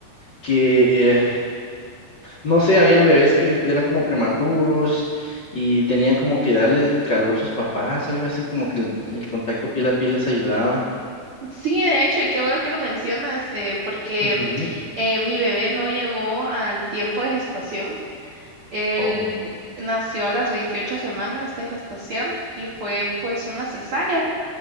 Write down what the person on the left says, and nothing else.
que eh, no sé, habían bebés que eran como prematuros y tenían como que darle calor a sus papás, algo así, como que el, el contacto piel a piel les ayudaba.
Ujú.
Oh.